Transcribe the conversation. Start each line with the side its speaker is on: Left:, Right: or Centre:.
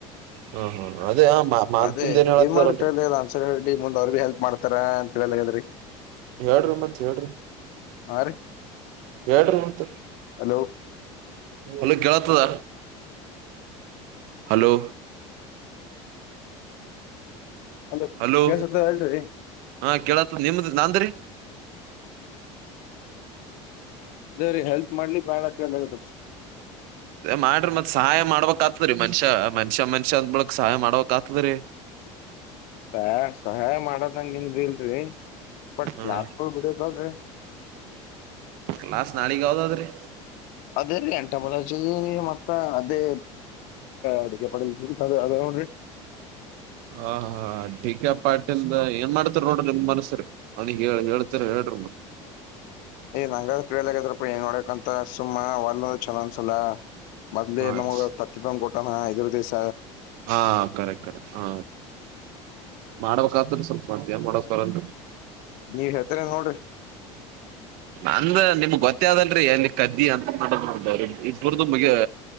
Right: ಹಾ ಹಾ ಅದೇ ಮಾತಂದ
Left: ಅದೇ
Right: ಹೇಳತ್ತಾರಲ್ರಿ
Left: ಏನ್ ಮಾಡ್ರಿ ಹೇಳಲಲ್ಲ ಅನ್ಸರಿ ಹೇಳಿ ಮುಂದೆ ಅವ್ರ ಭಿ ಹೆಲ್ಪ್ ಮಾಡ್ತಾರ ಅಂತ ಹೇಳಲಾಗ. ಸರಿ.
Right: ಹೇಳರು ಮತ್ತ ಹೇಳ್ರಿ.
Left: ಹಾ ರೀ
Right: ಹೆಲ್ಡ್ರಿ ಮತ್ತ್
Left: ಹಲೋ
Right: ಇಲ್ಲ ಕೇಳ್ತದ. ಹಲೋ.
Left: ಅಲೋ
Right: ಹಲೋ
Left: ಕೇಳ್ಸತ್ತ ಅಲ್ರಿ
Right: ಹಾ ಕೇಳತ್ ನಿಮ್ದ ನಾನ್ಂದ್ರೀ.
Left: ಅದೇ ರೀ ಹೆಲ್ಪ್ ಮಾಡ್ಲಿ ಬಾಳ ಚ ಆಗದೀ.
Right: ಮಾಡ್ರಿ ಮತ್ ಸಹಾಯ ಮಾಡ್ಬಕ್ ಆತದ್ರೀ ಮನ್ಷ್ಯ ಮನ್ಷ್ಯ ಮನ್ಷ್ಯ ಅಂದ್ ಬಿಳಕ್ ಸಹಾಯ ಮಾಡ್ಬೇಕಕ್ ಆತದ್ರರಿ.
Left: <unintelligible> ಸಹಾಯ ಮಾಡದಂಗ ನ್ ಇಲ್ರಿ ಬಟ್
Right: ಹ್ಮ
Left: ಕ್ಲಾಸ್ಕಳ್ ಬಿಡಕ್ಲ್್ರಿ.
Right: ಕ್ಲಾಸ್ ನಾಳಗ್ ಯಾವದಾದ್ರಿ.
Left: ಅದೇ ರೀ ಎಂಟ ಮದಜ ಮತ್ತ ಅದೇ ಅಡಿಕೆ ಪಡೆ ಅ ಅದನ್ರಿ. ಹ <unintelligible>
Right: ಹ ಹ ಡಿಕಾ ಪಾಟಿಿಂದ ಏನ್ ಮಾಡ್ತಾರ ನೋಡ್ರಿ ನಿಮ್ ಮನ್ಸ್ರ ಅವನಗ್ ಹೇಳ್ತರ ಹೇಳ. ಹ <unintelligible>
Left: ಏ್ ನಂಗ ತಿೇಳದಾಗದ್ರಪ್ಪ ಏನ್ ನೋಡಂತ ಸುಮ್ಮ ವರ್ನ ಚನ ಅನ್ಸಲ್ಲ. ಮೊದ್ಲಿ
Right: ಹಾ
Left: ನಮಗ್
Right: ರೀ
Left: ತತ್ತನ್ ಕೊಟ್ಟಣ ಐದುರು ದೇಶ.
Right: ಹಾ ಕರೆಕ್ಟ್ ಕರೆಕಟ್ ಹಾ. ಮಾಡಬೇಕಕ್ ಆತ್ರ ಸ್ವಲ್ಪ ಮಾಡ್ತಯ ಮಾಡನ್.
Left: ನೀವ್ ಹೇತರ ನೋಡ್ರಿ.
Right: ನಂದ ನಿಮಗ್ ಗೊತ್ತ ಅಲ್ರರಿ ಎಲ್ಲಿ ಕದ್ದಿ ಅಂತ ಮಾಡ ಇರ್ದು ಮುಗ.